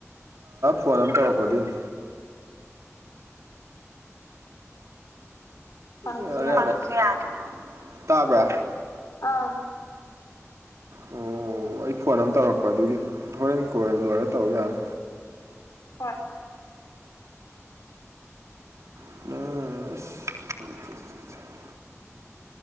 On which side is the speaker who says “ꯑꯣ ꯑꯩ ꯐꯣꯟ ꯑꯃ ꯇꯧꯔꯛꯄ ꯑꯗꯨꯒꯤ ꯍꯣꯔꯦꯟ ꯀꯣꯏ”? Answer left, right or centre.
Right